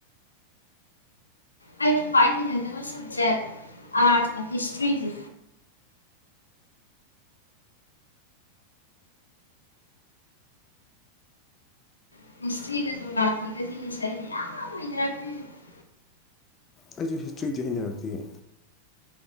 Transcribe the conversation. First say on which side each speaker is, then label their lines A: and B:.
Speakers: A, on the left (about 80°); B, on the left (about 25°).
A: ꯑꯩꯅ ꯈ꯭ꯋꯥꯏ ꯍꯩꯅꯖꯕ ꯁꯕꯖꯦꯛ ꯑꯥꯔꯠꯁ ꯍꯤꯁꯇ꯭ꯔꯤꯁꯦ <unintelligible>
B: ꯑꯩꯁꯨ ꯍꯤꯁꯇ꯭ꯔꯤꯗꯤꯦꯅꯤ ꯍꯥꯏꯗꯤꯌꯦ